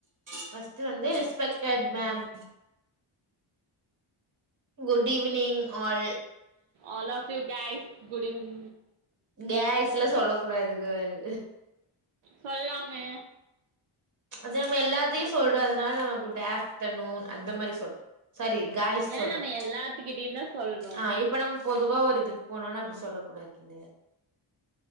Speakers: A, on the right (about 35°); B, on the right (about 80°).
A: ஃபஸ்ட்டு வந்து respected ma'am good evening all
B: all of you guys good even
A: guys எல்லா சொல்லக் கூடாது கேர்ள்
B: சொல்லாமே
A: அது நம்ம எல்லாத்தையு சொல்றதுனால நம்ம குட் ஆஃப்டர்நூன் அந்த மாரி சொல்னு சாரி காய்ஸ்
B: ஏன்னா
A: சொல்ட்டோ
B: நம்ம எல்லாத்துக்கிட்டயு தா சொல்றோ
A: ஆ இப் இப்ப நம்ம பொதுவா ஒரு இதுக்கு போனும்னா அப்படி சொல்ல கூடாது இல்லையா